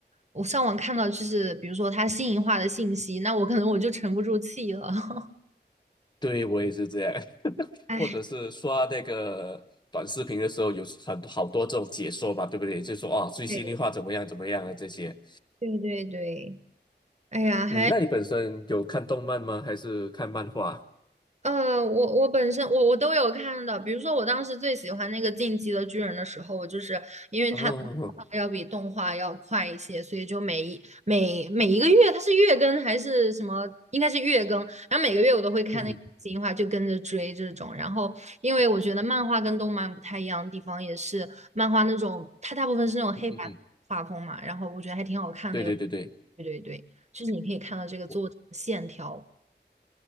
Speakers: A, on the right; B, on the left.
A: 我上网看到就是比如说他新颖化的信息，那我可能我就沉不住气了。<laughs>
B: 对我也是这样，<laughs>
A: 哎，
B: 或者是刷那个短视频的时候，有很多好多这种解说嘛，对不对？就说啊，最新的话怎么样怎么样啊这些。
A: 对对对对，哎呀，还。
B: 嗯，那你本身有看动漫吗？还是看漫画？
A: 呃，我我本身我我都有看的，比如说我当时最喜欢那个《进击的巨人》的时候，我就是因为它的动画要比动画要快一些，
B: 哦，
A: 所以就每一每每一个月它是月更还是什么，应该是月更，然后每个月我都会看那个新话，
B: 嗯哼
A: 就跟着追这种。然后因为我觉得漫画跟动漫不太一样的地方，也是漫画那种它大部分是那种黑白
B: 嗯哼，
A: 画风嘛，然后我觉得还挺好看的，
B: 对对对对，
A: 有对对对，就是你可以看到这个作者的线条。
B: 我